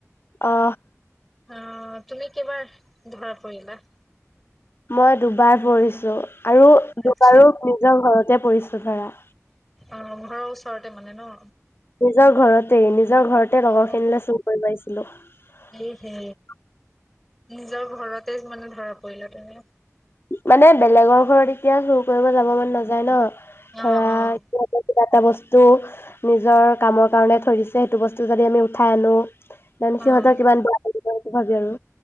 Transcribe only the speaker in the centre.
অ তুমি কিবা ধৰা পৰিলা?
আচ্ছা
অ ঘৰৰ ওচৰতে মানে ন!
অ',
এই হে নিজৰ ঘৰতে মানে ধৰক । কৰিলা তুমি?
অ',
অ',
অ',